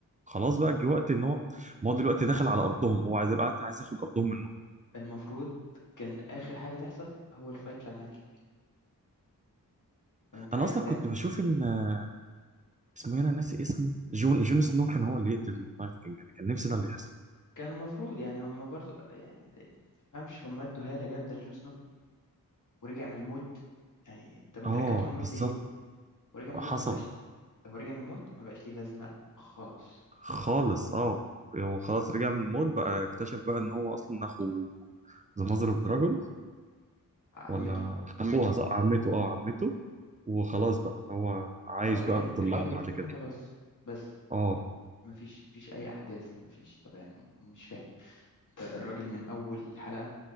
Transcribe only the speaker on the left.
لا
اللي
حصل
المفروض كان آخر حاجة تحصل هو الفايت بتاع ناكي لو انت عايز
تعمل
كان المفروض يعني هم برضو يعني ما تفهمش هم ادوا هالة جامدة لجون سنو ورجع من الموت يعني طب انت
رجعته من الموت
ليه؟ ورجع من الموت
ما بقاش هو رجع من الموت ما بقاش ليه لازمة خالص
عمته
اه وركب
الت-
ركب
التنين
وخلاص بس
مفيش مفيش اي احداث مفيش طب يعني مش فاهم انت الراجل من اول حلقه